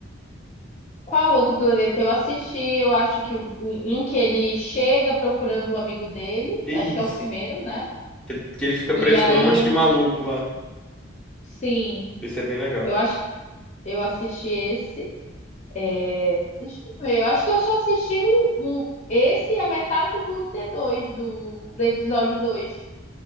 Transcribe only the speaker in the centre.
Isso.
Que ele, que ele fica
preso
com um monte
de maluco lá.
Isso é bem legal.